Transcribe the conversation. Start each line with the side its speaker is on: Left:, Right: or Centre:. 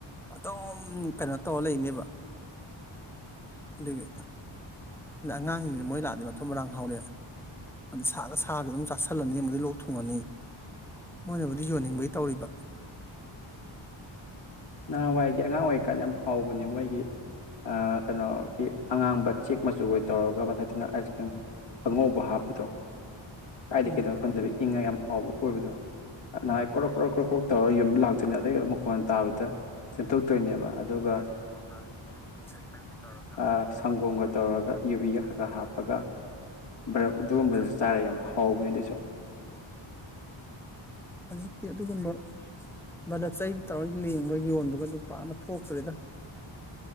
Centre: ꯑꯗꯨꯝ ꯀꯩꯅꯣ ꯇꯧꯔ ꯂꯩꯅꯦꯕ ꯑꯗꯨꯒꯤ ꯑꯉꯥꯡꯁꯤꯡꯁꯦ ꯃꯣꯏ ꯂꯥꯛꯑꯗꯤ ꯃꯊꯨꯝ ꯃꯔꯥꯡ ꯍꯧꯔꯛꯑꯦ ꯑꯗ ꯁꯥꯔꯒ ꯁꯥꯔꯗꯤ ꯑꯗꯨꯝ ꯆꯥꯥꯁꯜꯂꯅꯤ ꯑꯃꯗꯤ ꯂꯣꯛ ꯊꯨꯡꯉꯅꯤ ꯃꯣꯏꯅꯕꯨꯗꯤ ꯌꯣꯟꯅꯤꯡꯕꯩ ꯇꯧꯔꯤꯕ
Left: ꯅꯍꯥꯟꯋꯥꯏꯒꯤ ꯑꯉꯥꯡ ꯑꯣꯏꯔꯤꯀꯥꯟ ꯌꯥꯝ ꯍꯥꯎꯕꯅꯦ ꯃꯣꯏꯒꯤ ꯑꯥ ꯀꯩꯅꯣꯒꯤ ꯑꯉꯥꯡꯕ ꯆꯦꯛ ꯃꯆꯨ ꯑꯣꯏ ꯇꯧꯔꯒ ꯃꯊꯛꯇꯅ ꯑꯥꯏꯁ ꯀ꯭ꯔꯤꯝ ꯑꯉꯧꯕ ꯍꯥꯞꯄꯗꯣ ꯀꯥꯏꯗ
Centre: ꯎꯝ
Left: ꯀꯩꯗꯅꯣ ꯈꯟꯗꯕ ꯏꯪꯉꯥꯏ ꯌꯥꯝ ꯍꯥꯎꯕ ꯑꯣꯏꯕꯗꯣ ꯅꯍꯥꯏ ꯀ꯭ꯔꯣꯛ ꯀ꯭ꯔꯣꯛ ꯀ꯭ꯔꯣꯛ ꯀ꯭ꯔꯣꯛ ꯇꯧꯔꯒ ꯌꯨꯝ ꯂꯥꯛꯇꯣꯏꯅꯤ ꯑꯗꯩꯩ ꯃꯈꯣꯟ ꯇꯥꯕꯗ ꯁꯦꯝꯗꯣꯛꯇꯣꯏꯅꯦꯕ ꯑꯗꯨꯒ
Centre: ꯇꯣꯏꯅꯦꯕ ꯑꯗꯨꯒ ꯇꯧꯔꯒ <unintelligible>
Left: ꯑꯥ ꯁꯪꯒꯣꯝꯒ ꯇꯧꯔꯒ ꯌꯨꯕꯤꯒ ꯈꯔ ꯈꯔ ꯍꯥꯞꯄꯒ ꯕ꯭ꯔꯞ ꯑꯗꯨꯒꯨꯝꯕꯗꯨꯁꯨ
Centre: <inaudible>
Left: ꯆꯥꯔ ꯌꯥꯝ ꯍꯥꯎꯕꯅꯦ ꯑꯗꯨꯁꯨ
Centre: ꯍꯧꯖꯤꯛꯇꯤ ꯑꯗꯨꯒꯨꯝꯕ ꯚꯂꯞ ꯆꯩ ꯇꯧꯔꯥ ꯂꯦꯡꯕ ꯌꯣꯟꯕꯒ ꯑꯗꯨꯝ ꯄꯥꯛꯅ ꯊꯣꯛꯇ꯭ꯔꯦꯗ